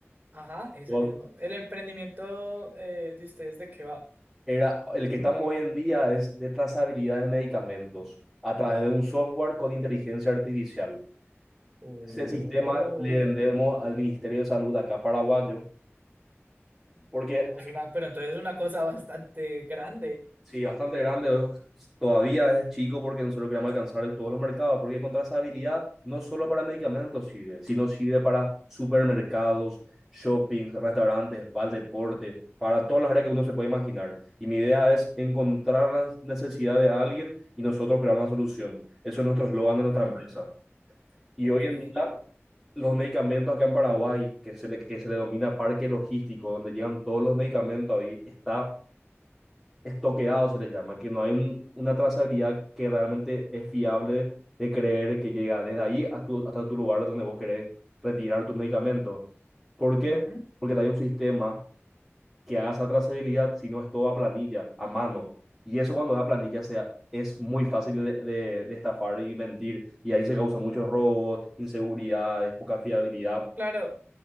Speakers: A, on the right; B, in the centre.
A: Ajá, ese
B: Yo-
A: mismo. El emprendimiento eh, de ustedes, ¿de qué va?
B: Era, el que estamos hoy en día es de trazabilidad de medicamentos a través de un software con inteligencia artificial.
A: Oh,
B: Ese sistema le vendemos al Ministerio de Salud acá paraguayo, porque...
A: O- es una, pero entonces es una cosa bastante grande.
B: Sí, bastante grande, es- todavía es chico porque nosotros queremos alcanzar todos los mercados, porque contra esa habilidad no solo para medicamentos sirve, sino sirve para supermercados, shoppings, restaurantes, para el deporte, para todas las áreas que uno se puede imaginar. Y mi idea es encontrar la necesidad de alguien y nosotros crear una solución. Eso es nuestro eslogan
A: Ok,
B: de nuestra empresa. Y
A: ok.
B: hoy en día, los medicamentos acá en Paraguay, que se le, que se le denomina parque logístico, donde llegan todos los medicamentos ahí, está estoqueado se le llama, que no hay un- una trazabilidad que realmente es fiable de creer que llega desde ahí a tu- hasta tu lugar donde vos querés retirar tus medicamentos. ¿Por qué?
A: Ujú.
B: Porque no hay un sistema que haga esa trazabilidad si no es todo a planilla, a mano. Y eso cuando es a planilla se, ha- es muy fácil de, de- de estafar y mentir. Y ahí se causan muchos robos, inseguridades, poca fiabilidad
A: Claro,